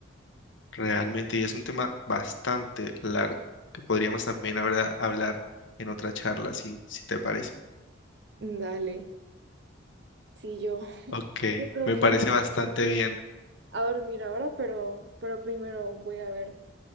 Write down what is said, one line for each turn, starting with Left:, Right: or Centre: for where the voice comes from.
Left: Realmente, y es un tema bastante largo que podríamos también ahora hablar en otra charla, si, si te parece.
Right: Dale. Sí, yo, <laughs>
Left: Ok,
Right: yo creo
Left: me
Right: que
Left: parece
Right: me voy
Left: bastante bien.
Right: a dormir ahora, pero, pero primero voy a ver,